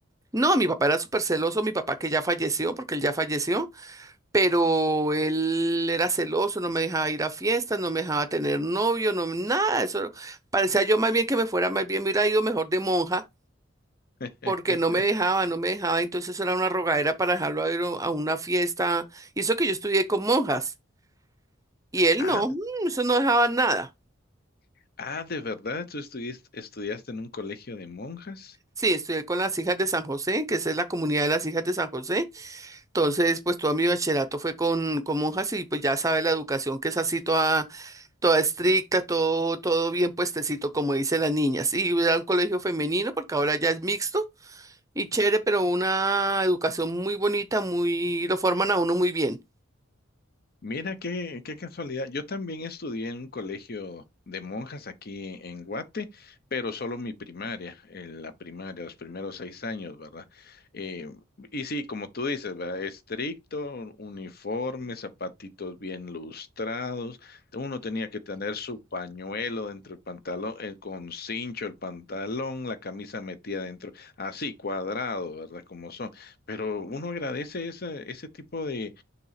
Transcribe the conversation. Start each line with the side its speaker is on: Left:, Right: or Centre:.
Right: No, mi papá era súper celoso, mi papá que ya falleció, porque él ya falleció pero él era celoso, no me dejaba ir a fiestas, no me dejaba tener novio, no, nada, eso parecía yo más bien que me fuera más bien, me hubiera ido mejor de monja,
Left: <laughs>
Right: porque no me dejaba, no me dejaba, entonces era una rogadera para dejarlo ir a una fiesta, y eso que yo estudié con monjas, y él
Left: Ah,
Right: no, mm,
Left: de-
Right: eso no dejaba nada.
Left: ah, de verdad, tú estuviste- estudiaste en un colegio de monjas.
Right: Sí, estudié con las hijas de San José, que esa es la comunidad de las hijas de San José. Entonces, pues todo mi bachillerato fue con, con monjas y pues ya sabe la educación que es así toda. Toda estricta, todo, todo bien puestecito, como dicen las niñas. Y era un colegio femenino, porque ahora ya es mixto y chévere, pero una educación muy bonita, muy, lo forman a uno muy bien.
Left: Mira qué, qué casualidad. Yo también estudié en un colegio de monjas aquí en Guate, pero solo mi primaria, en la primaria, los primeros seis años, ¿verdad? Eh, y sí, como tú dices, ¿verdad? Estricto, uniforme, zapatitos bien lustrados. Uno tenía que tener su pañuelo dentro del pantalón, eh, con cincho el pantalón, la camisa metida dentro, así, cuadrado, ¿verdad? Como son. Pero uno agradece ese, ese tipo de